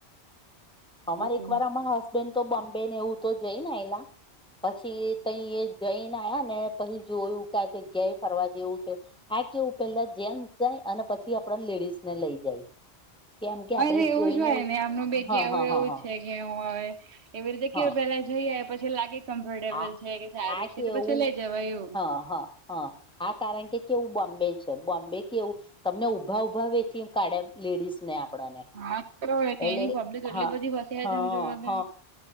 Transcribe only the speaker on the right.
બિલકુલ.
મ
એવું
જ હોય ને આમનું બે ક
એવું
એવું
છે. હું હવે એવી રીતે કેવ
પેલા જઈએ પછી લાગે. કમ્ફર્ટેબલ
છે કે સારું
છે
તો પછી લઈ જવા એવું.
હા તો તેની
પબ્લિક એટલી
બધી ફસાય
તમે જોવો તો